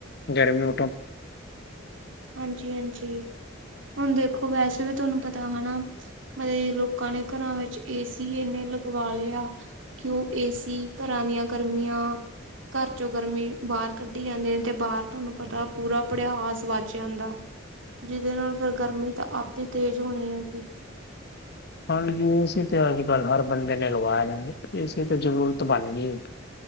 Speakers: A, on the left (about 55°); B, on the right (about 70°).
A: ਗਰਮੀ ਓਟੋ
B: ਹਾਂਜੀ-ਹਾਂਜੀ, ਹੁਨ ਦੇਖੋ ਵੈਸੇ ਵੀ ਤੁਆਨੁ ਪਤਾ ਹੋਣਾ ਨਾ, ਮਤਲਬ ਲੋਕਾਂ ਨੇ ਘਰਾਂ ਵਿੱਚ ਏਸੀ ਏਨੇ ਲਗਵਾ ਲੇ ਆ। ਕਿ ਓ ਏਸੀ ਘਰਾਂ ਦੀਆਂ ਗਰਮੀਆਂ ਘਰ ਚੋਂ ਗਰਮੀ ਬਾਰ ਕੱਢੀ ਜਾਂਦੇ ਨੇ ਤੇ ਬਾਰ ਤੁਹਾਨੂੰ ਪਤਾ ਪੂਰਾ ਪੜਿਆਸ ਵੱਧ ਜਾਂਦਾ, ਜਿਦੇ ਨਾਲ ਫਿਰ ਗਰਮੀ ਤੇ ਆਪੇ ਤੇਜ਼ ਹੋਣੀ ਹੈਗੀ।
A: ਹਾਂਜੀ, ਏਸੀ ਤੇ ਅੱਜ-ਕੱਲ੍ਹ ਹਰ ਬੰਦੇ ਨੇ ਲਾਵਾਇਆ ਦਾ ਏਸੀ ਤੇ ਜਰੂਰਤ ਬਨ ਗਈ ਏ।